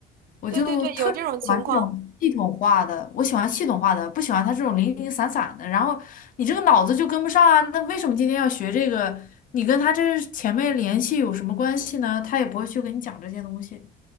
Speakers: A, on the left; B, on the right.
A: 我就特别喜欢这种系统化的，
B: 对对对，有这种情况。
A: 我喜欢系统化的，不喜欢他这种零零散散的。然后你这个脑子就跟不上啊，那为什么今天要学这个？你跟他这前面联系有什么关系呢？他也不会去跟你讲这些东西。